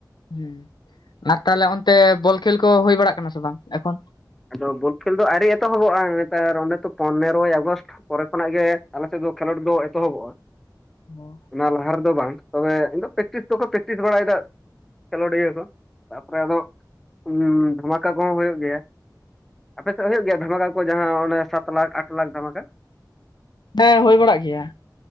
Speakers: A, on the left (about 85°); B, in the centre.
A: ᱦᱩᱸ, ᱟᱨ ᱛᱟᱦᱚᱞᱮ ᱚᱱᱛᱮ ᱵᱚᱞ ᱠᱷᱮᱞ ᱠᱚ ᱦᱩᱭ ᱵᱟᱲᱟᱜ ᱠᱟᱱᱟ ᱥᱮ ᱵᱟᱝ ᱮᱠᱷᱚᱱ?
B: ᱟᱫᱚ ᱵᱚᱞ ᱠᱷᱮᱞ ᱫᱚ ᱟᱹᱣᱨᱤ ᱮᱛᱚᱦᱚᱵᱚᱜᱼᱟ ᱱᱮᱛᱟᱨ ᱚᱱᱮ ᱛᱚ ᱯᱚᱱᱮᱨᱚᱭ ᱟᱜᱚᱥᱴ ᱯᱚᱨᱮ ᱠᱷᱚᱱᱟᱜ ᱜᱮ ᱟᱞᱮ ᱥᱮᱫ ᱫᱚ ᱠᱷᱮᱞᱳᱰ ᱫᱚ ᱮᱛᱚᱦᱚᱵᱚᱜᱼᱟ᱾
A: ᱚ᱾
B: ᱚᱱᱟ ᱞᱟᱦᱟ ᱨᱮᱫᱚ ᱵᱟᱝ, ᱛᱚᱵᱮ ᱮᱱ ᱫᱚ ᱯᱮᱠᱴᱤᱥ ᱠᱚᱠᱚ ᱯᱮᱠᱴᱤᱥ ᱵᱟᱲᱟᱭ ᱫᱟ᱾ ᱠᱷᱮᱞᱳᱰᱤᱭᱟᱹ ᱠᱚ, ᱛᱟᱯᱚᱨᱮ ᱟᱫᱚ ᱩᱸ ᱫᱷᱟᱢᱠᱟ ᱠᱚᱦᱚᱸ ᱦᱳᱭᱳᱜ ᱜᱮᱭᱟ᱾ ᱟᱯᱮ ᱥᱮᱜ ᱦᱳᱭᱳᱜ ᱜᱮᱭᱟ ᱫᱷᱟᱢᱟᱠᱟ ᱠᱚ ᱡᱟᱦᱟᱸ ᱚᱱᱮ ᱥᱟᱛ ᱞᱟᱠᱷ ᱟᱴ ᱞᱟᱠᱷ ᱫᱷᱟᱢᱟᱠᱟ?
A: ᱦᱮᱸ ᱦᱳᱭ ᱵᱟᱲᱟᱜ ᱜᱮᱭᱟ,